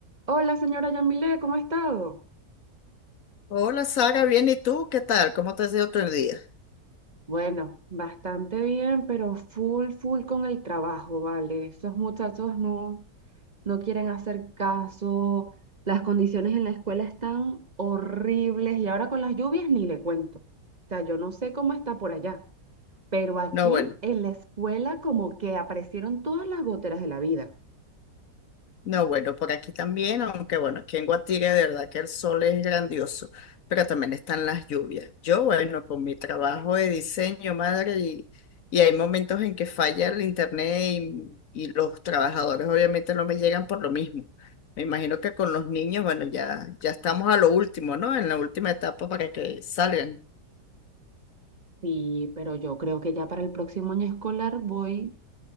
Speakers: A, on the right (about 30°); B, on the left (about 60°).
A: Hola, señora Yamile, ¿cómo ha estado?
B: Hola Sara, bien, ¿y tú? ¿Qué tal? ¿Cómo te has ido tu día?
A: Bueno, bastante bien, pero full, full con el trabajo, ¿vale? Esos muchachos no, no quieren hacer caso, las condiciones en la escuela están horribles y ahora con las lluvias ni le cuento. O sea, yo no sé cómo está por allá, pero aquí
B: No, bueno,
A: en la escuela como que aparecieron todas las goteras de la vida.
B: no, bueno, por aquí también, aunque bueno, aquí en Guatire de verdad que el sol es grandioso, pero también están las lluvias. Yo, bueno, con mi trabajo de diseño, madre, y, y hay momentos en que falla el internet y, y los trabajadores obviamente no me llegan por lo mismo. Me imagino que con los niños, bueno, ya, ya estamos a lo último, ¿no? En la última etapa para que salgan.
A: Sí, pero yo creo que ya para el próximo año escolar voy,